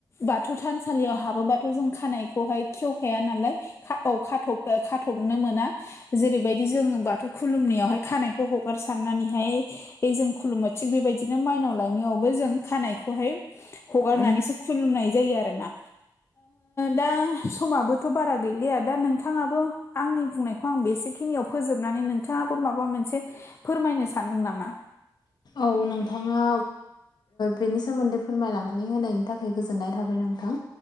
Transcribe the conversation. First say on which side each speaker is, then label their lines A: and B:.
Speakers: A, on the left; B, on the left.
A: बाथौ थानसालियाव हाबोबाथ' जों खानायखौहाय खेवखाया नालाय खाथबनो मोना जेरैबायदि जों बाथौ खुलुमनि खानायखौ हगार सारनानैहाय जों खुलुमो थिग बेबायदिनो माइनाव लाय नियावबो जों खानायखौहाय हगारनानैसो खुलुमनाय जायो ओ आरोना दा समाबो थ' बारा गैलिया दा नोंथाङाबो आंनि बुंनायखौ आं बेसेखिनियाव फोजोबनानै नोंथाङा फो माबा मोनसे फोरमायनो सानदों नामा
B: औ नोंथाङा बेनि सोमोन्दै फोरमायलांनानै होनायनि थाखाय गोजोननाय थाबाय नोंथां